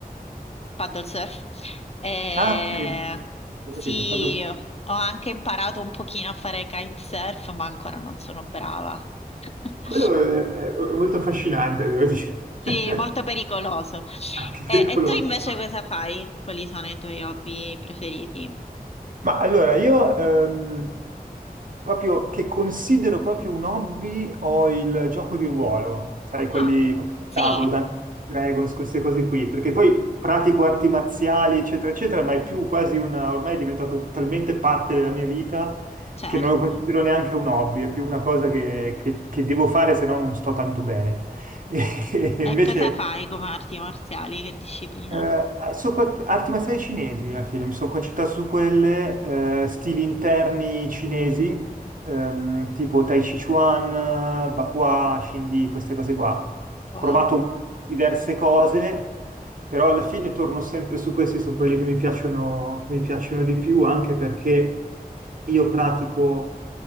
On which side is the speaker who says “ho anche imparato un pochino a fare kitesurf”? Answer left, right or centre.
Left